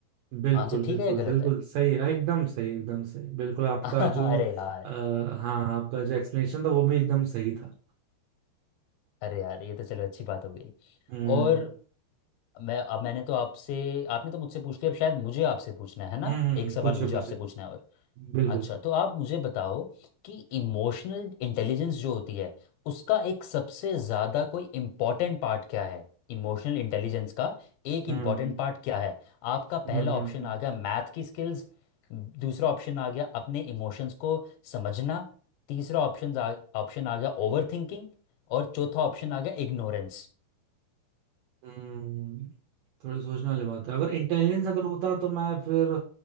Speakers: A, on the right; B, on the left.
A: बिल्कुल
B: आंसर
A: बिल्कुल
B: ठीक है या गलत
A: बिल्कुल
B: है
A: सही है एकदम सही एकदम सही बिल्कुल आपका
B: <laughs>
A: जो
B: अरे यार
A: आ, हाँ आपका जो एक्सप्लेनेशन था वो भी एकदम सही था
B: अरे यार ये तो चलो अच्छी बात हो गई
A: हम्म
B: और मैं अब मैंने तो आपसे आपने तो मुझसे पूछ लिया अब शायद मुझे आपसे पूछना है ना
A: हम्म
B: एक सवाल
A: पूछे
B: मुझे
A: पूछे
B: आपसे पूछना है और
A: बिल्कुल
B: अच्छा तो आप मुझे बताओ कि इमोशनल इंटेलिजेंस जो होती है उसका एक सबसे ज़्यादा कोई इम्पोर्टेंट पार्ट क्या है इमोशनल इंटेलिजेंस का एक
A: हम्म
B: इम्पोर्टेंट पार्ट क्या है आपका
A: हम्म
B: पहला
A: हम्म
B: ऑप्शन आ गया मैथ की स्किल्स दूसरा ऑप्शन आ गया अपने इमोशंस को समझना तीसरा ऑप्शन आ ऑप्शन आ गया ओवर थिंकिंग और चौथा ऑप्शन आ गया इग्नोरेंस
A: हम्म हम्म, थोड़ी सोचने वाली बात है अगर इंटेलिजेंस अगर होता तो मैं फिर